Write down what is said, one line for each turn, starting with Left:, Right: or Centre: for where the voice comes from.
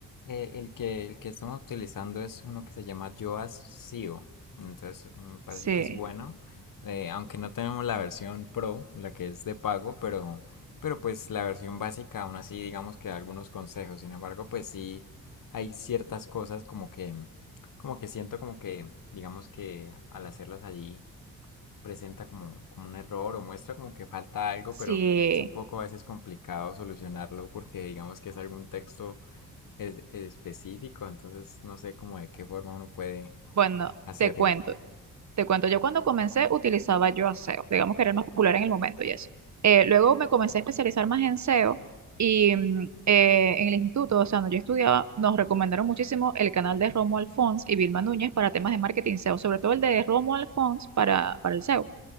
Left: eh, el que, el que estamos utilizando es uno que se llama Yoast SEO. Entonces, me parece
Right: Sí,
Left: que es bueno. eh, aunque no tenemos la versión Pro, la que es de pago, pero, pero pues la versión básica aún así digamos que da algunos consejos. Sin embargo, pues sí hay ciertas cosas como que, como que siento como que digamos que al hacerlas allí presenta como, como un error o muestra como que falta algo,
Right: sí.
Left: pero es un poco a veces complicado solucionarlo porque digamos que es algún texto es, es específico, entonces no sé cómo de qué forma uno puede
Right: Bueno,
Left: hacerlo.
Right: te cuento. Te cuento, yo cuando comencé utilizaba yo a SEO, digamos que era el más popular en el momento y eso. Eh, luego me comencé a especializar más en SEO y mm, eh, en el instituto, o sea, donde yo estudiaba, nos recomendaron muchísimo el canal de Romuald Fons y Vilma Núñez para temas de marketing SEO, sobre todo el de Romuald Fons para, para el SEO.